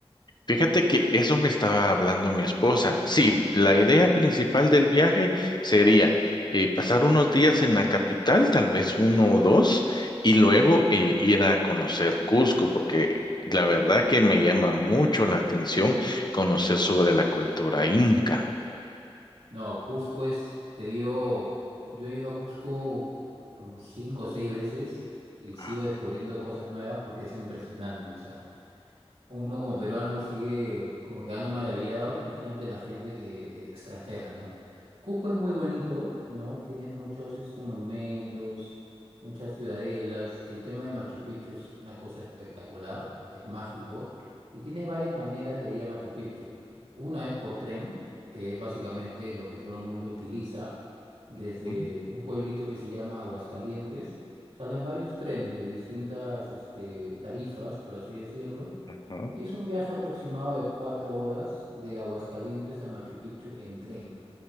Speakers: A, on the left; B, on the right.
A: Fíjate que eso me estaba hablando mi esposa. Sí, la idea principal del viaje sería eh, pasar unos días en la capital, tal vez uno o dos, y luego eh, ir a conocer Cusco, porque la verdad que me llama mucho la atención conocer sobre la cultura inca.
B: No, Cusco es, te digo, yo he ido a Cusco como cinco o seis veces y sigo
A: Ah,
B: descubriendo cosas nuevas porque es impresionante. O sea, uno como peruano sigue como quedando maravillado. Imagínate la gente que eh, extranjera, ¿no? Cusco es muy bonito, ¿no? Tienes muchos este, monumentos, muchas ciudadelas. El tema de Machu Picchu es una cosa espectacular, es mágico. Y tienes varias maneras de ir a Machu Picchu. Una es por tren, que es básicamente lo que todo el mundo utiliza, desde
A: ujú,
B: un pueblito que se llama Aguascalientes. Salen varios trenes de distintas este, tarifas, por así decirlo
A: ujú.
B: y es un viaje aproximado de cuatro horas de Aguascalientes a Machu Picchu en tren.